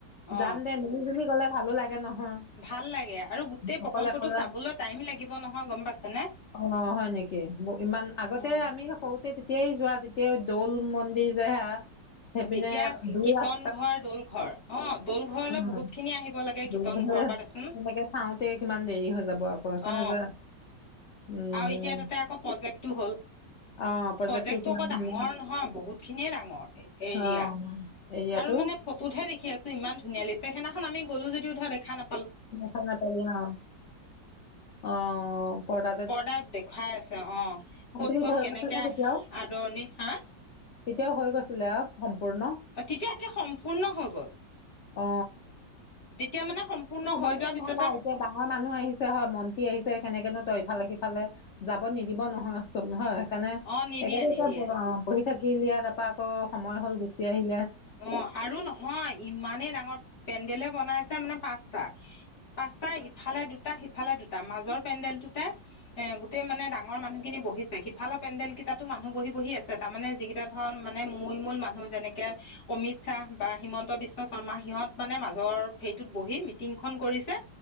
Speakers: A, on the left (about 55°); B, on the left (about 80°).
A: অ
B: যাম দে মিলি জুলি গ'লে ভালো লাগে নহয়,
A: ভাল লাগে আৰু গোটেই
B: অকলে
A: প্ৰকল্পটো
B: অকলে,
A: চাবলৈ টাইম লাগিব নহয় গম পাইছেনে
B: অ, হয় নেকি ইমান আগতে
A: অ
B: আমি সৰুতে তেতিয়াই যোৱা। তেতিয়া দৌল মন্দিৰ যে হা? সেইপিনে
A: তেতিয়া আছিল
B: দূৰ
A: কীৰ্তন
B: আছ
A: ঘৰ দৌল ঘৰ অ দৌল ঘৰলৈ
B: <unintelligible>
A: বহুত খিনি আহিব লাগে কীৰ্তন ঘৰৰ পৰা দেচোন
B: সনেকে চাওঁতে কিমান দেৰি হৈ যাব আকৌ সেইকাৰণে
A: অ
B: যে উম
A: আৰু এতিয়া তাতে আকৌ প্ৰজেক্টটো হ'ল,
B: অ
A: প্ৰজেক্টটো
B: কিমান
A: আকৌ
B: ধুনীয়া
A: ডাঙৰ নহয় বহুতখিনিয়ে ডাঙৰ, এৰিয়া,
B: অ এৰিয়াটো
A: আৰু মানে ফটোত হে দে সি আছে ইমান ধনীয়া লাগিছে সেইদিনাখন আমি গ'লো যদি ধৰ দেখা নাপ
B: দেখা নাপালি অ, অ, পৰ্দা
A: পৰ্দাত দেখুৱাই আছে, অ',
B: কমপ্লিট
A: ক'ত ক'ত
B: হৈ
A: কেনেকে
B: গৈছে নে তেতিয়াও
A: আদৰণি, হা?
B: তেতিয়াও হৈ গৈছিলে আৰু সম্পূৰ্ণ
A: অ', তেতিয়া এতিয়া সম্পূৰ্ণ হৈ গ'ল,
B: অ
A: যেতিয়া মানে সম্পূৰ্ণ হৈ
B: মইতো
A: যোৱাৰ পিছতে
B: নহালা এতিয়া ডাঙৰ মানুহ আহিছে হয় মন্ত্ৰী আহিছে সেনেকেনো ত ইফালে সিফালে, যাব নিদিব নহয় চব হয়। কাৰণে,
A: অ নিদিয়ে
B: <unintelligible>
A: নিদিয়ে
B: বহি থাকিলি আকৌ তাৰপা আকৌ সময় হ'ল গুচি আহিল।
A: অ' আৰু নহয় ইমানেই ডাঙৰ পেণ্ডেলে বনাইছে মানে পাঁচটা। পাঁচটা ইফালে দুটা সিফালে ইফালে দুটা মাজত মাজৰ পেণ্ডেল টোতে গোটেই মানে ডাঙৰ মানুহ খিনি বহিছে। সিফালৰ পেডেল কেইাতো মানুহ বহি বহি আছে তাৰমানে যিকেইটা ধৰণ মানে মূল মূল মানুহ যেনেকে অমিত শ্বাহ বা হিমন্ত বিশ্ব ছয়মাহীত মানে মাজৰ ভেদ ত বহি মিটিং খন কৰিছে